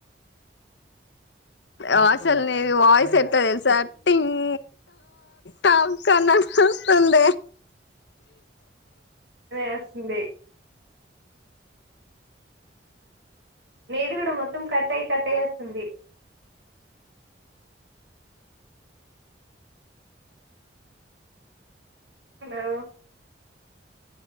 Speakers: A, on the left; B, on the right.
A: వాసల్నిది వాయిస్ ఎట్ట తెలుసా టింగ్ టా టన్నస్తుంద
B: ఆ స్తుంది నేది కూడాడ మొత్తం కట్ అయి కట్ట అయి వస్తుంది హలో